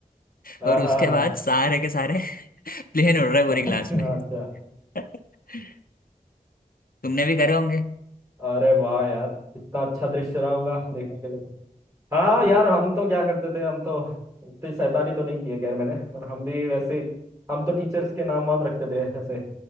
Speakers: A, on the right (about 20°); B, on the left (about 75°).
A: आहा
B: और उसके बाद सारे के सारे प्लेन उड़ रहा है पूरी
A: अच्छा
B: क्लास में <laughs> तुमने भी करे होंगे
A: अरे वाह यार कितना अच्छा दृश्य रहा होगा देखने के लिए हाँ यार हम तो क्या करते थे हम तो इतनी शैतानी तो नहीं की है खैर मैंने पर हम भी वैसे हम तो टीचर्स के नाम वाम रखते थे ऐसे